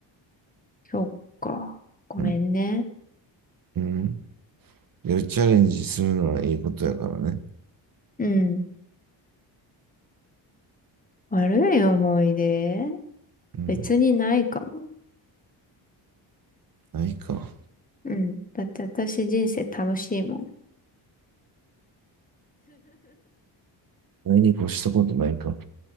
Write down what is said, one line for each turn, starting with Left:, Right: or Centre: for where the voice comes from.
Left: そっか。ごめんね。
Right: うん、うん。いやチャレンジするのはいいことやからね。
Left: うん。悪い思い出
Right: うん。
Left: 別にないかも。
Right: ないか。
Left: うん。だって私人生楽しいもん。
Right: ないに越したことないか。